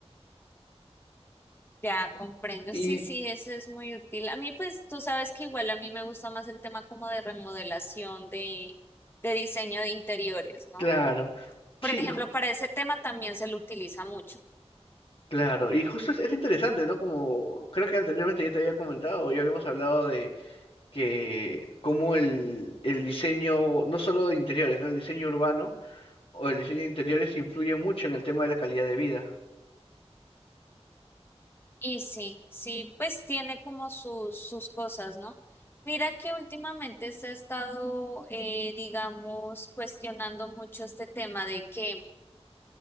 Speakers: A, on the left; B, on the left.
A: Ya comprendo,
B: Y
A: sí, sí, eso es muy útil. A mí, pues, tú sabes que igual a mí me gusta más el tema como de remodelación, de, de diseño de interiores, ¿no?
B: claro. Sí,
A: Por ejemplo, para ese tema también se lo utiliza mucho.
B: Claro, y justo es, es interesante, ¿no? Como creo que anteriormente ya te había comentado, ya habíamos hablado de que cómo el, el diseño, no solo de interiores, ¿no? El diseño urbano o el diseño de interiores influye mucho en el tema de la calidad de vida.
A: Y sí, sí, pues tiene como sus, sus cosas, ¿no? Mira que últimamente se ha estado, eh, digamos, cuestionando mucho este tema de que,